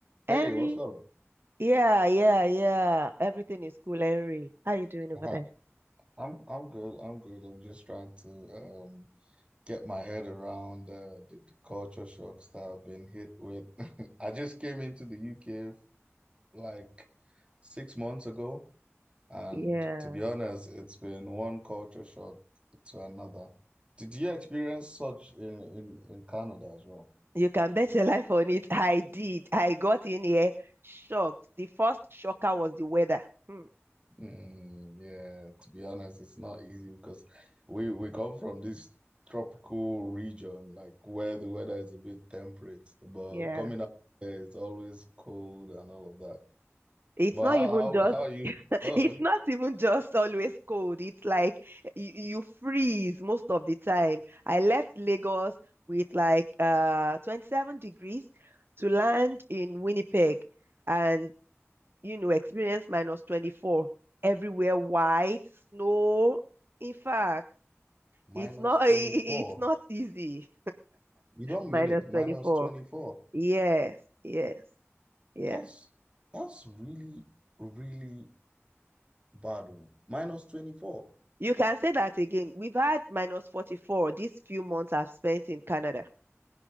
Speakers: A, on the right (about 25°); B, on the right (about 50°).
A: Hey,
B: Henry.
A: what's up?
B: Yeah, yeah, yeah. Everything is cool, Henry. How you doing over
A: Hi.
B: there?
A: I'm I'm good. I'm good. I'm just trying to um get my head around uh, the, the culture shocks that I've been hit with. <laughs> I just came into the UK like six months ago, and
B: Yeah.
A: to be honest, it's been one culture shock to another. Did you experience such in in, in Canada as well?
B: You can bet your life on it. I did. I got in here shocked. The first shocker was the weather. Hmm.
A: Mm, yeah, to be honest, it's not easy because we we come from this tropical region, like where the weather is a bit temperate, but
B: Yeah.
A: coming out there it's always cold and all of that.
B: It's
A: But
B: not
A: how
B: even
A: how
B: just
A: how are you?
B: <laughs>
A: <laughs> Oh,
B: it's
A: okay.
B: not even just always cold. It's like you, you freeze most of the time. I left Lagos with like uh 27 degrees to land in Winnipeg. And you know, experience minus 24, everywhere white, snow. In fact,
A: minus
B: it's not
A: 24.
B: <laughs> it's not easy.
A: You don't
B: Minus
A: mean it, minus
B: 24.
A: 24.
B: Yes, yes, yeah.
A: That's that's really really bad. oh. Minus 24.
B: You can say that again. We've had minus 44 these few months I've spent in Canada.